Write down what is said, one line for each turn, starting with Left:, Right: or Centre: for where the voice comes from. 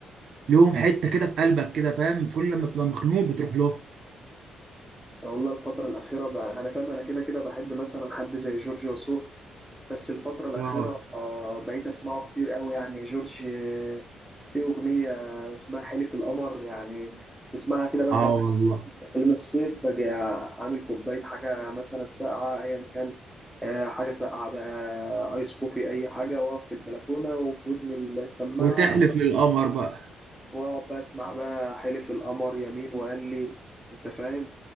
Right: ليهم حته كده في قلبك كده فاهم كل لما بتبقى مخنوق بتروح له
Centre: انا والله الفتره الاخيره بقى انا فاهم انا كده كده بحب مثلا حد زي جورج وسوف بس الفتره الاخيره
Right: اه
Centre: آه، بقيت اسمعه كتير قوي يعني جورج آه، في اغنيه اسمها حلف القمر يعني تسمعها كده بقى
Right: اه
Centre: انت عارف إحنا
Right: والله
Centre: داخلين الصيف باجي عامل كوبايه حاجه مثلا ساقعه ايا كان آه، حاجه ساقعه بقى آه، ايس كوفي اي حاجه واقف في البلكونه وفي ودني السماعه
Right: وتحلف للقمر بقى
Centre: واقعد بقى اسمع بقى حلف القمر يمين وقال لي انت فاهم